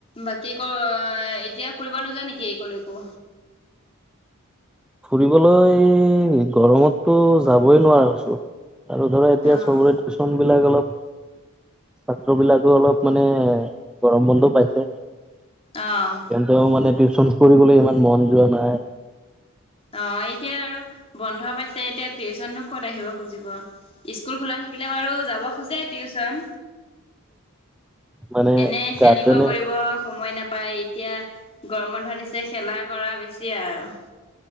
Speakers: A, on the left (about 25°); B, in the centre.
A: বাকী ক এতিয়া ফুৰিব নোযা নেকি এই কলৈকো
B: ফুৰিবলৈ গৰমততটো যাবই নোৱাৰা হৈছো। আৰু ধৰা এতিয়া
A: অ'।
B: চবৰে টিউচন বিলাক অলপ ছাত্ৰ বিলাকো অলপ মানে গৰম বন্ধ পাইছে।
A: অ',
B: কিন্তু মানে টিউশচন পঢ়লৈ ইমান মন যোৱা নাই।
A: অ এতিয়া আৰু বন্ধ পাইছে এতিয়া টিউশ্যননো ক'ত আহিব খুজিব স্কুল খোলা থাকিলে বাৰু যাব খোজে টিউচন
B: মানে
A: এনে খেলিব
B: গাৰ্জেনে
A: কৰিব সময় নাপায় এতিয়া গৰমত ধৰা দিছে খেলা কৰা বেছি আৰু